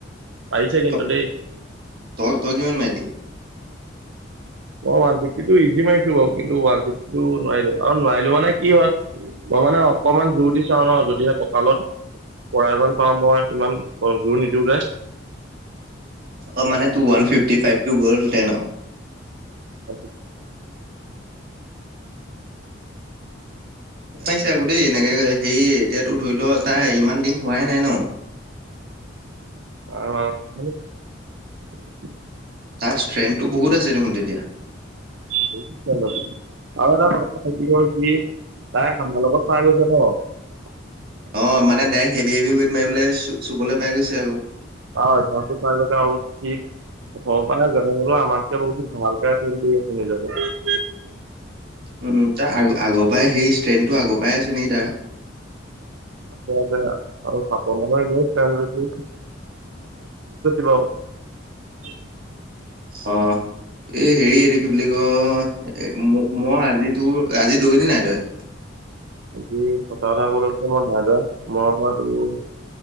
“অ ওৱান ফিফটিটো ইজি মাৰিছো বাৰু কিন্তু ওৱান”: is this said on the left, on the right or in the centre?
Right